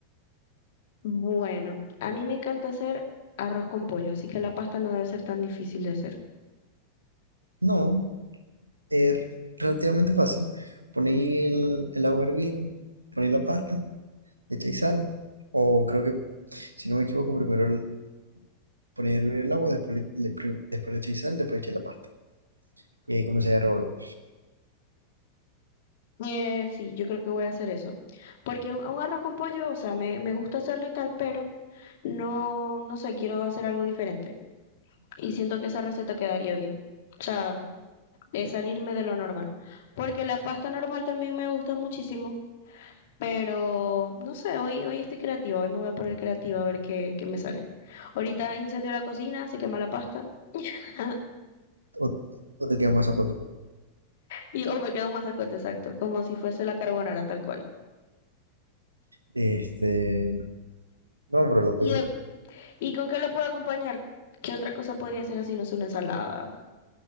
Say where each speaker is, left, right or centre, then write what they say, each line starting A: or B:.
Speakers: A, on the left; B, on the right.
A: bueno, a mí me encanta hacer arroz con pollo, así que la pasta no debe ser tan difícil de hacer.
B: No, es relativamente fácil. Ponéis el, el agua a hervir, ponéis la pasta, echáis sal, o creo que, si no me equivoco, primero el- ponéis a hervir el agua, después le, le- pri- después le echáis sal, después echáis la pasta. Y ahí comenzáis a revolver.
A: Eh, sí, yo creo que voy a hacer eso. Porque un, un arroz con pollo, o sea, me, me gusta hacerlo y tal, pero no, no sé, quiero hacer algo diferente. y siento que esa receta quedaría bien. O sea, es salirme de lo normal. Porque la pasta normal también me gusta muchísimo, pero no sé, hoy, hoy estoy creativa, hoy me voy a poner creativa a ver qué, qué me sale. Ahorita incendio la cocina, se quema la pasta <laughs>
B: O, o te queda más a tu
A: y o me queda un masacote exacto, como si fuese la carbonara tal cual.
B: Este, no, pero lo
A: ¿Y,
B: podéis
A: de- ¿y con qué lo puedo acompañar? ¿Qué otra cosa podría ser así? No es una ensalada.